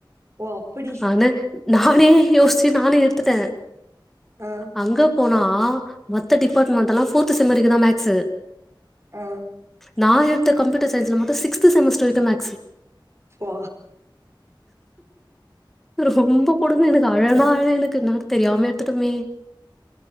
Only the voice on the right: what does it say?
ஓ அப்படி
ஆ
ஆ
போ